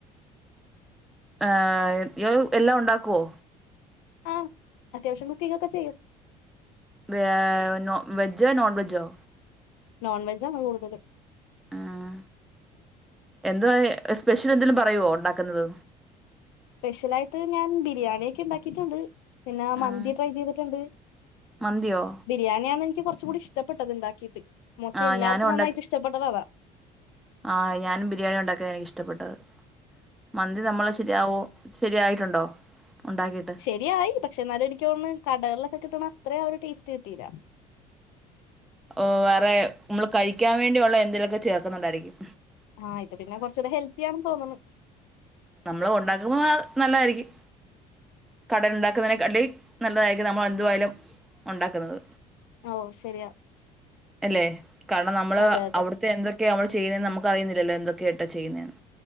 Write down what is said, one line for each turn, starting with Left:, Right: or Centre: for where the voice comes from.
Centre: ആഹ് ഇയാള് എല്ലാം ഉണ്ടാക്കുവോ
Left: ആഹ് അത്യാവശ്യം കുക്കിംഗ് ഒക്കെ ചെയ്യും
Centre: ഏഹ് വെജോ നോൺ വെജോ
Left: നോൺ വെജാണ് കൂടുതല്
Centre: ഉം എന്തുവാ സ്പെഷ്യൽ എന്തേലും പറയുവോ ഉണ്ടാക്കുന്നത്
Left: സ്പെഷ്യലായിട്ട് ഞാൻ ബിരിയാണി ഒക്കെ ഇണ്ടാക്കിയിട്ടുണ്ട് പിന്നെ മന്തി
Centre: ഉം
Left: ട്രൈ ചെയ്തിട്ടുണ്ട്
Centre: മന്തിയോ
Left: ബിരിയാണിയാണ് എനിക്ക് കുറച്ച് കൂടി ഇഷ്ടപ്പെട്ടത് ഇണ്ടാക്കിയിട്ട് മോസ്റ്റ്ലി
Centre: ആഹ്
Left: എല്ലാവർക്കും
Centre: ഞാനും ഉണ്ടാക്കി
Left: നന്നായിട്ട് ഇഷ്ടപ്പെട്ടത് അതാ
Centre: ആഹ് ഞാനും ബിരിയാണി ഉണ്ടാക്കിയതാ എനിക്ക് ഇഷ്ടപ്പെട്ടത് മന്തി നമ്മള് ശരിയാവോ ശരിയായിട്ടുണ്ടോ ഉണ്ടാക്കിട്ട്
Left: മന്തിയായി പക്ഷേ എന്നാലും എനിക്ക്തോന്ന്ന്ന് കടകളിലൊക്കെ കിട്ടണ അത്ര ആ ഒരു ടേസ്റ്റ് കിട്ടിയില്ല
Centre: ഓഹ് വേറെ നമ്മള് കഴിക്കാൻ വേണ്ടിയൊള്ള എന്തേലും ഒക്കെ ചേർക്കുന്നോണ്ടായിരിക്കും
Left: ആഹ് ഇത് പിന്നെ കുറച്ചുകൂടെ ഹെൽത്തി ആണെന്ന് തോന്ന്ന്നു
Centre: നമ്മള് ഉണ്ടാക്കുമ്പോ നല്ലതായിരിക്കും കടേല് ഉണ്ടാക്കുന്നതിനെകാട്ടി നല്ലതായിരിക്കും നമ്മൾ എന്തുവായാലും ഉണ്ടാക്കുന്നത്
Left: ഓ ശരിയാ
Centre: അല്ലെ കാരണം നമ്മള്
Left: അതെ അതെ
Centre: അവിടുത്തെ എന്തൊക്കെയാ അവര് ചെയ്യുന്നതെന്ന് നമുക്ക് അറിയുന്നില്ലല്ലോ എന്തൊക്കെയിട്ടാ ചെയ്യുന്നേന്ന്